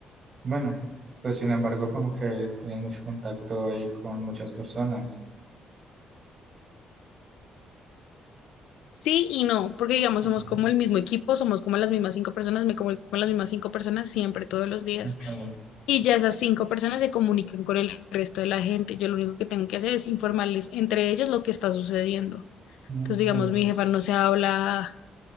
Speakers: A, on the right; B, on the left.
A: bueno, pues sin embargo, como que tenías mucho contacto ahí con muchas personas.
B: Sí y no, porque digamos,
A: Ujú.
B: somos como el mismo equipo, somos como las mismas cinco personas, me comunico con las mismas cinco personas siempre, todos los días.
A: Ok,
B: Y ya esas cinco personas se comunican con el resto de la gente. Yo lo único que tengo que hacer es informarles entre ellos lo que está sucediendo.
A: ok.
B: Entonces, digamos, mi jefa no se habla